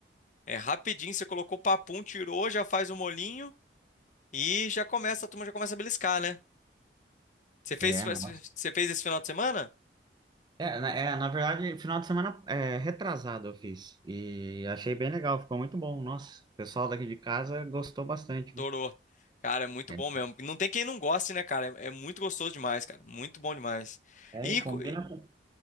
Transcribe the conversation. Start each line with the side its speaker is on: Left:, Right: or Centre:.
Left: É rapidinho, você colocou o papum, tirou, já faz o molinho e já começa, a turma já começa a beliscar, né? Você fez,
Right: É,
Left: você
Right: nossa.
Left: fez esse final de semana?
Right: É, na, é, na verdade, final de semana é, retrasado eu fiz. E achei bem legal, ficou muito bom. Nossa, o pessoal daqui de casa gostou bastante,
Left: Adorou.
Right: viu?
Left: Cara, é muito
Right: É,
Left: bom mesmo. Não tem quem não goste, né, cara? É, é muito gostoso demais, cara. Muito bom demais.
Right: é,
Left: E,
Right: e combina
Left: co-
Right: com,